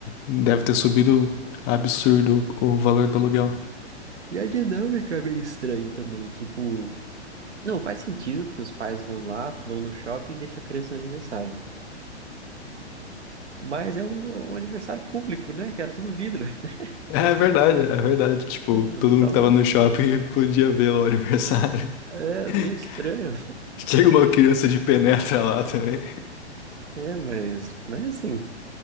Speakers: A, on the left (about 20°); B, on the right (about 75°).
A: Deve ter subido absurdo o valor do aluguel.
B: E a dinâmica é meio estranha também. Tipo, não faz sentido, porque os pais vão lá, vão no shopping e deixam a criança no aniversário. Mas é um, um aniversário público, né, cara? Tudo vidro. <laughs>
A: É verdade, é verdade. Tipo,
B: Tipo, você
A: todo
B: tá
A: mundo que
B: numa...
A: tava no shopping <laughs> podia ver lá o aniversário.
B: É
A: <laughs>
B: meio estranho.
A: Chega uma criança de penetra lá também.
B: É, mas, mas assim,